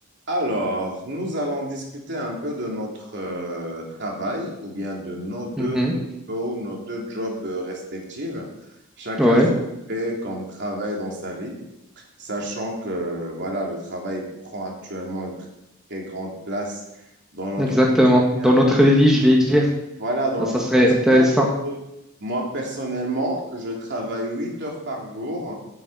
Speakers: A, on the right; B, in the centre.
A: Alors, nous allons discuter un peu de notre euh, travail ou bien de nos deux
B: Mhm.
A: boulots, nos deux jobs euh, respectifs. Chacun
B: Ouais,
A: ce qu'il fait comme travail dans sa vie, sachant que voilà, le travail prend actuellement une très, très grande place dans notre
B: exactement.
A: quotidien.
B: Dans notre vie, je vais dire,
A: Voilà, dans
B: Ah, ça
A: notre
B: serait
A: quotidien,
B: intéressant.
A: surtout, moi personnellement, je travaille 8 heures par jour.